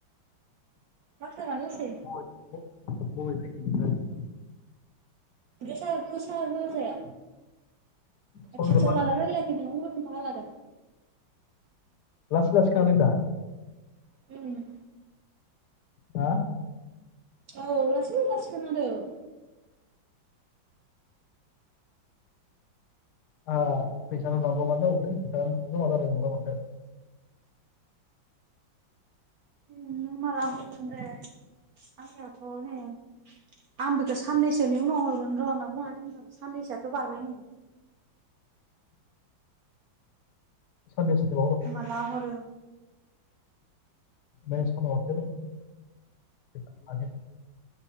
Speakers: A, on the right; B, on the left.
A: माथोआ मा लासै
B: <unintelligible> बबेनिफाय फायदो
A: गोसा गोसा होजाया खाथियाव
B: सयद'बार
A: लाना रायलाय खोमायाव मबेलखो बहा लादों?
B: लासै लासै खारदों दा
A: जाबायना
B: हा
A: औ होनदों लासै लासै खोनादों
B: ओ फैसाल' जागबानो जागोमोनलै फैसा जमा जालाय नंला माथो
A: उम नों माला हरगोन दे आंनियावथ' नै आंबोथ' साननैसोनि उनाव हरगोन र' होनना बुंङाखैमोन साननैसोआथ' बारबाय नै
B: साननैसो गोबाव दं
A: ओमबा माला हरो?
B: मेनेज खालामना हरसै र <unintelligible>